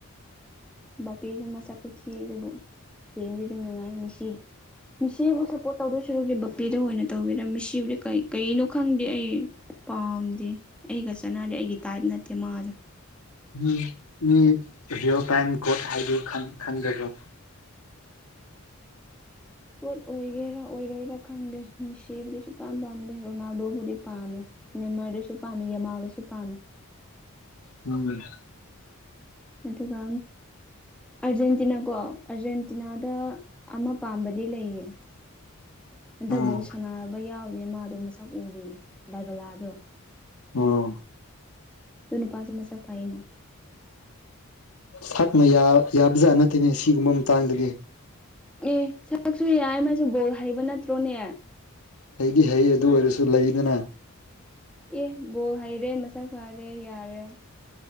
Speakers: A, in the centre; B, on the left.
A: ꯕꯥꯄ‌ꯦꯁ‌ꯦ ꯃꯁꯛꯇꯤ ꯊꯤ ꯑꯗꯨꯕꯨ ꯌ‌ꯦꯡꯕꯗꯤ ꯅꯨꯉꯥꯏ ꯃꯤꯁꯤ ꯃꯤꯁꯤꯕꯨ ꯁꯞꯄꯣꯔꯠ ꯇꯧꯗꯣꯏ ꯁꯨꯔꯨꯗꯤ ꯕꯄꯤꯗ ꯑꯣꯏꯅ ꯇꯧꯕꯤꯗꯥ ꯃꯤꯕꯨꯗꯤ ꯀꯩ ꯀꯩꯅꯣ ꯈꯪꯗꯦ ꯑꯩ ꯄꯥꯝꯗꯦ ꯑꯩꯒ ꯆꯠꯅꯗꯤꯦ ꯑꯩꯒꯤ ꯇꯥꯏꯞ ꯅꯠꯇꯦ ꯃꯥꯗꯣ
B: ꯃꯤ ꯃꯤ ꯔꯤꯌꯦꯜ ꯇꯥꯏꯝ ꯒꯣꯠ ꯍꯥꯏꯗꯨ ꯈꯪꯗꯕꯣ
A: ꯄꯣꯠ ꯑꯣꯏꯒꯦꯔꯥ ꯑꯣꯏꯔꯣꯏꯔꯥ ꯈꯪꯗꯦ ꯃꯤ ꯁꯤꯕꯨꯗꯤ ꯁꯨꯡꯄꯥꯝ ꯄꯥꯝꯗꯦ ꯔꫭꯅꯥꯜꯗꯣꯕꯨꯗꯤ ꯄꯥꯃꯦ ꯅ‌ꯦꯃꯥꯔꯁꯨ ꯄꯥꯃꯤ ꯌꯥ ꯃꯥꯂꯁꯨ ꯄꯥꯃꯦ
B: ꯎꯝ <unintelligible>
A: ꯑꯗꯨꯒ ꯑꯥꯔꯖꯦꯟꯇꯤꯅꯥꯀꯣ ꯑꯥꯔꯖꯦꯟꯇꯤꯅꯥꯗ ꯑꯃ ꯄꯥꯝꯕꯗꯤ ꯂꯩꯌꯦ ꯍꯟꯗꯛꯕꯨ
B: ꯎꯝ
A: ꯁꯥꯟꯅꯕ ꯌꯥꯎꯗ‌ꯦ ꯃꯥꯗꯤ ꯃꯁꯛ ꯎꯗꯤꯌꯦ ꯗꯥꯏꯕꯂꯥꯗꯣ
B: ꯑꯣ
A: ꯑꯗꯨ ꯅꯨꯄꯥꯁꯨ ꯃꯁꯛ ꯐꯩꯅ
B: ꯁꯠꯅ ꯌꯥ ꯌꯥꯕꯖꯥꯠ‌ ꯇꯠꯇ‌ꯦꯅ‌ꯦ ꯁꯤꯒꯨꯝꯕ ꯃꯇꯥꯡꯗꯗꯤ
A: ꯑꯦ ꯁꯛꯁꯨ ꯌꯥꯏ ꯃꯁꯨ ꯕꯣꯜ ꯍꯩꯕ ꯅꯠꯇ꯭ꯔꯣꯅꯦ
B: ꯍꯩꯗꯤ ꯍꯩ ꯑꯗꯨ ꯑꯣꯏꯔꯁꯨ ꯂꯩꯗꯨꯅ
A: ꯑꯦ ꯕꯣꯜ ꯍꯩꯔꯦ ꯃꯁꯛ ꯐꯥꯔꯦ ꯌꯥꯔꯦ